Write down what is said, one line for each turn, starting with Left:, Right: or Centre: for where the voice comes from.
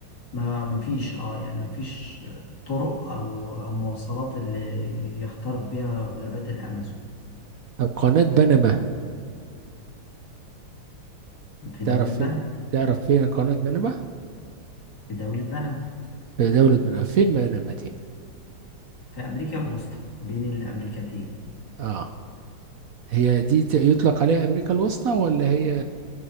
Left: ما ما فيش اه يعني ما فيش طرق أو أو مواصلات اللي يخترق بيها غابات الأمازون
Right: طب قناة بنما
Left: في دولة
Right: تعرف
Left: بنما
Right: فين تعرف فين قناة بنما
Left: في دولة بنما
Right: في دولة بنما فين بنما دي
Left: في أمريكا الوسطى بين الأمريكتين
Right: اه هي دي ت- يطلق عليها أمريكا الوسطى ولا هي